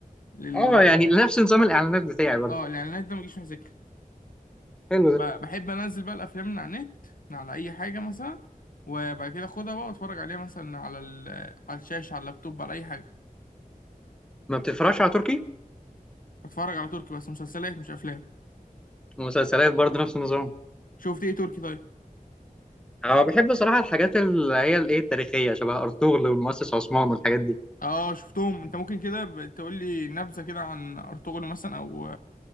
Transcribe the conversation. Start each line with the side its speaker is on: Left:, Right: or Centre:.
Left: لل
Centre: أه يعني نفس نظام الإعلانات بتاعي برضه
Left: اه الإعلانات ده مجيش مع سكة
Centre: حلو
Left: ب-
Centre: ده
Left: بحب انزل بقى الافلام من على النت من على اي حاجه مثلا وبعد كده اخدها بقى واتفرج عليها مثلا على ال... على الشاشه على اللابتوب على اي حاجه
Centre: ما بتتفرجش على تركي؟
Left: بتفرج على تركي بس مسلسلات مش افلام
Centre: ومسلسلات برضه نفس النظام
Left: شفت ايه تركي طيب
Centre: انا بحب صراحه الحاجات اللي هي الايه التاريخيه شبه ارطغرل والمؤسس عثمان والحاجات دي
Left: اه شفتهم انت ممكن كده ب- تقول لي نبذه كده عن ارطغرل مثلا او